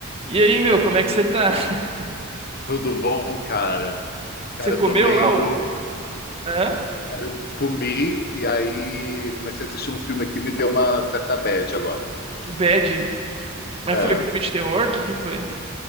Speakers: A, on the right; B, on the left.
A: E aí, meu, como é que você tá? <laughs>
B: Tudo bom, cara? Cara,
A: Você comeu
B: eu tô meio.
A: lá o. Hã?
B: Cara, eu comi e aí comecei a assistir um filme aqui, me deu uma certa bad agora.
A: O Bad. Mas
B: É.
A: foi filme de terror? O que que foi?